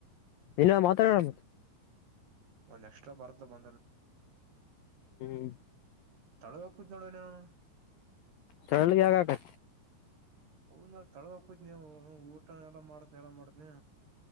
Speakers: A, on the left; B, on the right.
A: ಇನ್ ಮಾತಾಡಬೇಕು
B: ಒಂದ್ ಎಕ್ಸ್ಟ್ರ ಬರ್ತ ಬ
A: ಹ್ಮ್
B: ತಳ ಹಕ್ಕೂ ನೋಡುವ ನ
A: ಚಳಗೆ ಆಗಾಗಕ
B: ಹೌದ ತಳ ಹಕದ್ ನೀವು ಊಟ ಎಲ್ಲ ಮಾಡತನಿ ಎಲ್ಲಾ ಮಾಡತನಿ